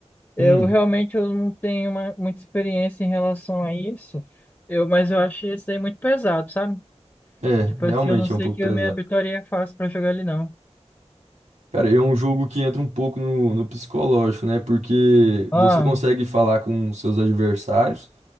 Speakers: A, on the left; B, on the right.
A: eu
B: hum,
A: realmente eu não tenho uma, muita experiência em relação a isso. Eu, mas eu achei isso aí muito pesado, sabe?
B: é,
A: Tipo
B: realmente
A: assim, eu não sei
B: é um pouco
A: que
B: pesado.
A: eu me habituaria fácil pra jogar ele, não.
B: Cara, é um jogo que entra um pouco no, no psicológico, né? Porque
A: Ah,
B: você consegue falar com seus adversários